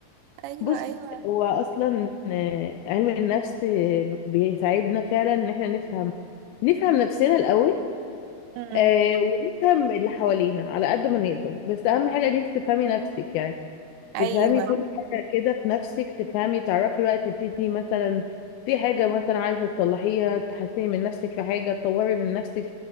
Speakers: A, on the right (about 85°); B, on the left (about 80°).
A: ايوه
B: بص
A: ايوه
B: هو أصلا آه، علم النفس آه، بيساعدنا فعلا إن احنا نفهم نفهم نفسنا الأول
A: امم
B: آه ونفهم اللي حوالينا على قد ما نقدر بس أهم حاجة إن أنت تفهمي نفسك يعني
A: ايوه
B: تفهمي كل حاجة كده في نفسك تفهمي تعرفي بقى تبتدي مثلا في حاجة مثلا عايزة تصلحيها تحسني من نفسك في حاجة تطوري من نفسك